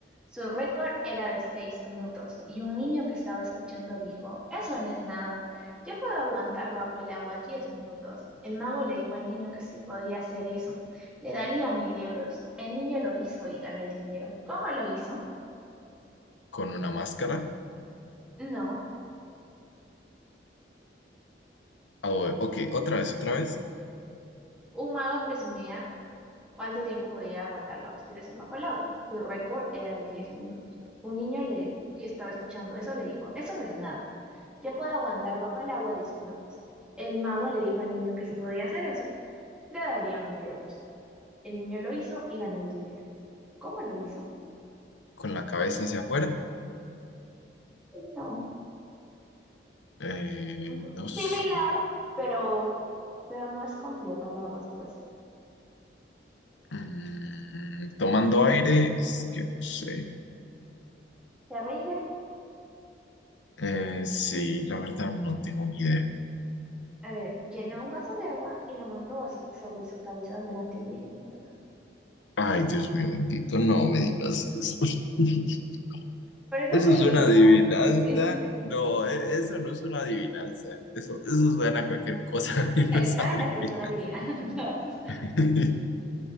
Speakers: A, in the centre; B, on the left.
A: Su récord era de seis minutos y un niño que estaba escuchando dijo, eso no es nada, yo puedo aguantar bajo el agua diez minutos. El mago le dijo al niño que si podía hacer eso, le daría mil euros. El niño lo hizo y ganó el dinero. ¿Cómo lo hizo?
B: Con una máscara.
A: No.
B: Ah, bueno, ok, otra vez, otra vez.
A: Un mago presumía cuánto tiempo podía aguantar la respiración bajo el agua. Su récord era de 10 minutos. Un niño le- que estaba escuchando eso le dijo, eso no es nada, yo puedo aguantar bajo el agua 10 minutos. El mago le dijo al niño que si podía hacer eso, le daría mil euros. El niño lo hizo y ganó el dinero. ¿Cómo lo hizo?
B: Con la cabeza hacia afuera.
A: No,
B: Eh,
A: mm,
B: no
A: similar,
B: sé.
A: pero, pero no es completa la respuesta.
B: Mm, tomando aire, es que no sé.
A: ¿Se rinde?
B: Eh, sí, la verdad no tengo ni idea.
A: A ver, llenó un vaso de agua y lo mantuvo so- sobre su cabeza durante 10 minutos.
B: Ay, Dios mío, bendito, no me digas eso. <laughs>
A: Por eso
B: Eso
A: te dije
B: es una
A: que estabas
B: adivinanza.
A: en... <laughs> sí,
B: No, e- eso no es una adivinanza. Eso, eso suena a cualquier cosa <laughs> menos
A: está
B: adivinanza.
A: en la sección adivinando. <laughs>
B: <laughs>